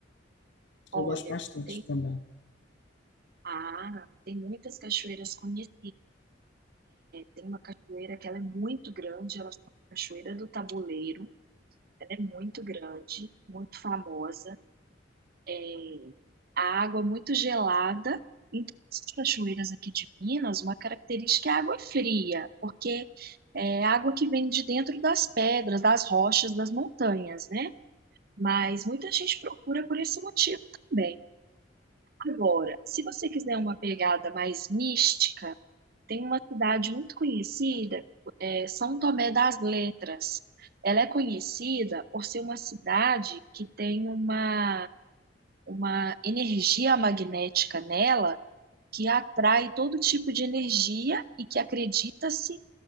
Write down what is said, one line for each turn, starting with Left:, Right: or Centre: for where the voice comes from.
Right: Olha,
Left: Eu gosto bastante
Right: tem
Left: também.
Right: ah, tem muitas cachoeiras conhecidas. Tem uma cachoeira que ela é muito grande, ela chama Cachoeira do Tabuleiro. Ela é muito grande, muito famosa. É, a água muito gelada. Em todas as cachoeiras aqui de Minas, uma característica é a água fria, porque é água que vem de dentro das pedras, das rochas, das montanhas, né? Mas muita gente procura por esse motivo também. Agora, se você quiser uma pegada mais mística, tem uma cidade muito conhecida, é São Tomé das Letras. Ela é conhecida por ser uma cidade que tem uma, uma energia magnética nela que atrai todo tipo de energia e que acredita-se